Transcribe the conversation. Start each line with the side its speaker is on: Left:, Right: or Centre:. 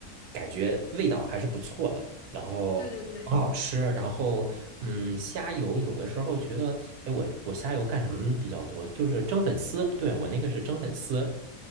Right: 感觉味道还是不错的，然后很好吃。
Left: 对对对，
Right: 然后，嗯，虾油有的时候觉得，哎，我我虾油干什么比较多？就是蒸粉丝，对，我那个是蒸粉丝，